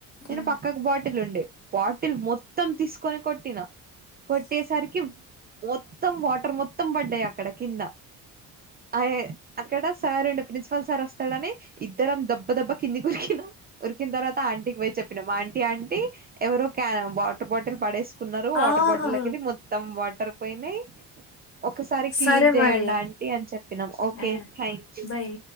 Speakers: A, on the left; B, on the right.
A: మ్మ్
B: నేను పక్కకు బాటిల్ ఉండే బాటిల్ మొత్తం తీసుకొని కొట్టినా కొట్టేసరికి మొత్తం వాటర్ మొత్తం పడ్డాయి అక్కడ కింద అయే అక్కడ సార్ రుండే ప్రిన్సిపాల్ సార్ వస్తాడని ఇద్దరం దబ్బ దబ్బ కింది ఊరికినాం ఉరికిన తర్వాత ఆంటీకి పోయి చెప్పినాం మా ఆంటీ ఆంటీ ఎవరో క్యాన్ వాటర్ బాటిల్ పడేస్ కున్నారు వాటర్
A: ఓహో
B: బాటిల్ కెళ్ళి మొత్తం వాటర్ పోయినాయి ఒకసారి క్లీన్
A: సరే
B: చేయండి
A: మరి
B: ఆంటీ అని చెప్పినాం ఓకే
A: ఆ
B: థ్యాంక్ యూ
A: బాయ్